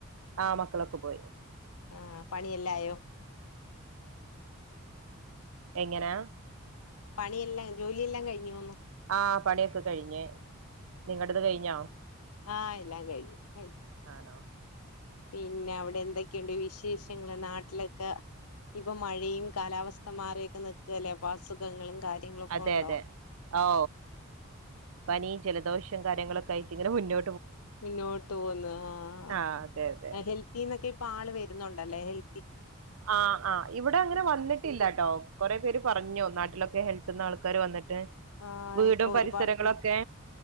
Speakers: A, on the right; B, on the left.
A: ആ മക്കളൊക്കെ പോയി
B: ആ പണിയെല്ലായോ?
A: എങ്ങനാ?
B: പണിയെല്ലാം ജോലിയെല്ലാം കഴിഞ്ഞോന്ന്
A: ആ പണിയൊക്കെ കഴിഞ്ഞ് നിങ്ങടത് കഴിഞ്ഞോ?
B: ആ എല്ലാം കഴിഞ്ഞു കഴി
A: ആണോ
B: പിന്നെ അവിടെ എന്തൊക്കെയുണ്ട് വിശേഷങ്ങള് നാട്ടിലൊക്കെ? ഇപ്പൊ മഴയും കാലാവസ്ഥ മാറിയൊക്കെ നിൽക്കല്ലേപ്പ അസുഖങ്ങളും കാര്യങ്ങളൊക്കെ
A: അതെ
B: ഉണ്ടോ
A: അതെ ഓ പനി, ജലദോഷം കാര്യങ്ങളൊ ക്കായ്റ്റ് ഇങ്ങന മുന്നോ
B: മുന്നോട്ട് പോന്ന് ആ
A: ആഹ് അതെ അതെ
B: ഹെൽത്തിന്നൊക്കെ ഇപ്പ ആള് വരുന്നുണ്ടല്ലേ ഹെൽ
A: ആ ആ ഇവിടെ അങ്ങനെ വന്നിട്ടില്ലട്ടോ കൊറെേ പേര് പറഞ്ഞു നാട്ടിലൊക്കെ ഹെൽ ത്ത്ന്നാ ആൾക്കാര് വന്നിട്ട്
B: ആ
A: വീടും
B: ഇപ്പൊ
A: പരിസരങ്ങളൊക്കെ
B: ഒരുപാട്